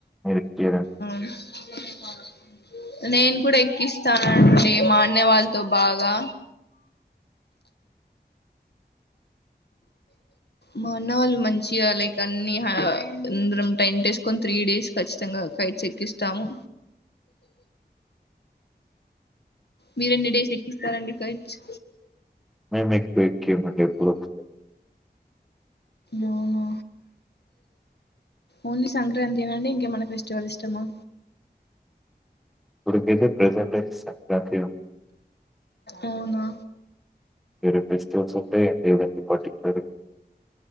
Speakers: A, in the centre; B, on the left.
A: ఎక్కారండి మీరు
B: అవున్ నేను కూడా ఎక్కిస్తానండి మా అన్నయ్య వాళ్ళతో బాగా మా అన్న వాళ్ళు మంచి గా లైక్ కన్ని ఆహ్ అందరం టెంట్ వేస్ కొని త్రీ డేస్ కఖచ్చితంగా కైట్స్ ఎక్కిస్తాము. మీరెన్ని డేస్ కి ఎక్కిస్తారండి కైట్స్
A: మేం ఎక్కువ ఎక్కియం అండి, ఎప్పుడో ఒకసారి.
B: అవునా ఓన్లీ సంక్రాంతి ఏనా అండి ఇంక మనకు ఫెస్టివల్ ఇష్టమా
A: ఇప్పుడు వచ్చేసి ప్రజెంట్ టెన్స్ <unintelligible>
B: అవునా
A: వేరే ఫెస్టివల్స్ ఉంటాయి లేదండి పర్టికులర్